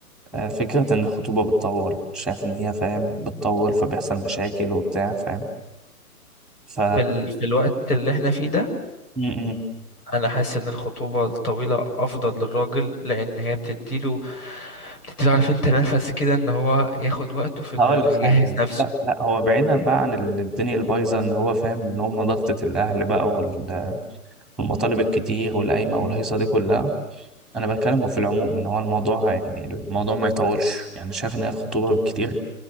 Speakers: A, in the centre; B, on the left.
A: آه، فكرة إن الخطوبة بتطول شايف إن هي فاهم بتطول فبيحصل مشاكل وبتاع فاهم ف
B: في, ال... في الوقت اللي احنا فيه ده
A: م-م.
B: انا حاسس ان الخطوبة الطويلة افضل للراجل لان هي بتديله بتديله عارف انت نفس كده ان هو ياخد وقته في انه
A: هقول
B: يجهز
A: لك حاجة
B: نفسه
A: لا لا هو بعيدا بقى عن ال- الدنيا البايظة إن هو فاهم إن هم ضغطة الأهل بقى وال- والمطالب الكتير والقايمة والهيصة دي كلها أنا بتكلم في العموم إن هو الموضوع يعني الموضوع ما يطولش يعني شايف إن هي الخطوبة بالكتير